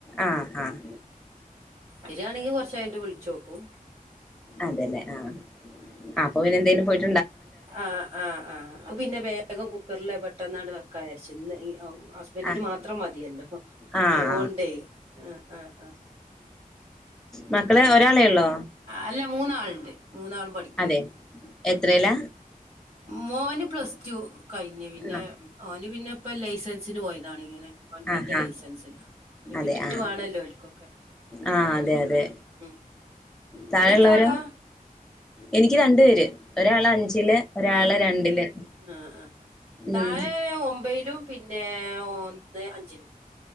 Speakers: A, in the centre; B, on the right (about 40°).
A: ആഹ് ആഹ്
B: വരിയാണെങ്കി കൊറച്ച കഴിഞ്ഞ വുള്ച്ചോക്കും.
A: അതെല്ലേ ആഹ. അപ്പൊ വര് എന്തെലും പോ <unintelligible>
B: ആ ആ ആ പിന്നെ വേഗം കുക്കറില് പെട്ടന്നാട് വെ കജര്ച്ചു ഇന്ന്. ആ ഹസ്ബൻറ്റിനു
A: ആഹ്
B: മാത്രം മതിയല്ലോ
A: ആഹ്
B: ആതോണ്ടെ ആ ആ ആ
A: മക്കളെ ഒരാളേ ള്ളോ
B: അല്ല മൂന്നാളുണ്ട്. മൂന്നാളും പഠിക്ക
A: അതെ എത്രയല?
B: മോന് പ്ലസ് ടു കഴിഞ്ഞു. പിന്നെ
A: ആഹ്
B: ഓന് പിന്നെ പ്പം ലൈസൻസിനു പോയതാണ് ഇങ്ങനെ, വണ്ടിന്റെ
A: ആഹ് ആഹ്
B: ലൈസൻസിനാ ഇനി
A: അതെ
B: കിട്ടിട്ട്
A: ആഹ്
B: വേണല്ലോ ഓൽക്കൊക്കെ?
A: ആഹ് അതെ
B: ഉ
A: അതെ
B: ഉം ഉം ങ്ങക്ക്
A: താഴെയുള്ളവരോ
B: എത്ര ആളാ?
A: എനിക്ക് രണ്ടു പേര് ഒരാള് അഞ്ചില്, ഒരാള്
B: ആഹ
A: രണ്ടില്
B: ആ ആ
A: ഉം
B: താഴെ ഒമ്പയിലും, പിന്നെ ഒന്ന് അഞ്ചിലും.